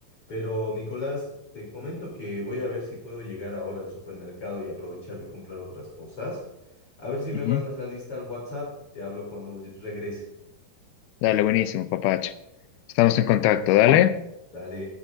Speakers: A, on the left; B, on the left.
A: Pero Nicolás, te comento que voy a ver si puedo llegar ahora al supermercado y aprovechar de comprar otras cosas. A ver si me
B: Ujú.
A: mandas la lista al WhatsApp, te hablo cuando regrese.
B: Dale, buenísimo, papacho. Estamos en contacto, dale.
A: Dale.